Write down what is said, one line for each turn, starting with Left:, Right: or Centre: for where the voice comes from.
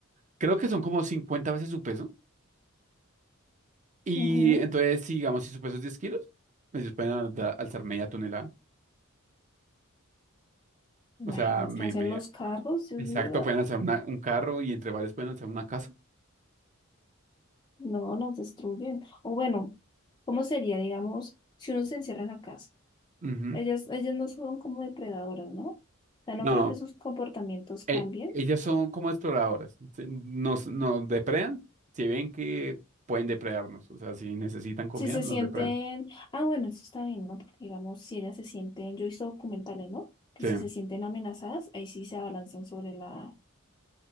Right: Creo que son como 50 veces su peso. Y
Left: Ujú.
Right: entonces, si, digamos, si su peso es 10 kilos, ellos pueden alza- alzar media tonelada.
Left: Imaginas
Right: O sea, me,
Left: que hacen
Right: me-
Left: los carros, Dios
Right: exacto,
Left: mío.
Right: pueden
Left: ah,
Right: alzar una- un carro y entre varios pueden alzar una casa.
Left: No, nos destruyen. O bueno, ¿cómo sería, digamos, si uno se encierra en la casa?
Right: Ujú.
Left: Ellas, ellas no son como depredadoras, ¿no? O sea, no
Right: No.
Left: creo que sus comportamientos cambien.
Right: e- ellas son como exploradoras. se- Nos, nos depredan, si ven que pueden depredarnos. O sea, si necesitan comida,
Left: Si se
Right: nos
Left: sienten,
Right: depredan.
Left: ah, bueno, eso está bien, ¿no? Porque digamos, si ellas se sienten, yo he visto documentales, ¿no? Que
Right: Sí,
Left: si se sienten amenazadas, ahí sí se abalanzan sobre la,